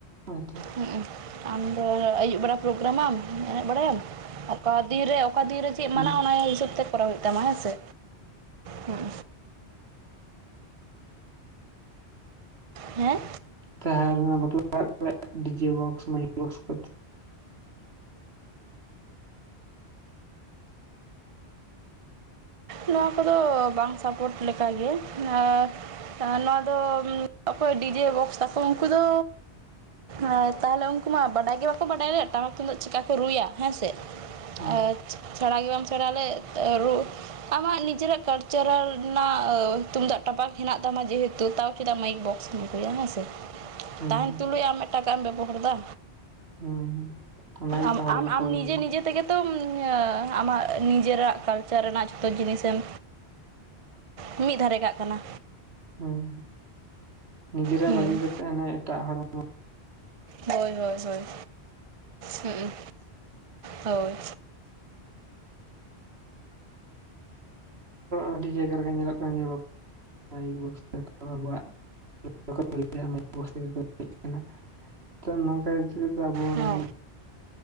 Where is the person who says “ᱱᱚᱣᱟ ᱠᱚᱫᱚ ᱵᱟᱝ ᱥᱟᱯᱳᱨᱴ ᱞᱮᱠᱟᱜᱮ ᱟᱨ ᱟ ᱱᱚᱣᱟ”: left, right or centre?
Right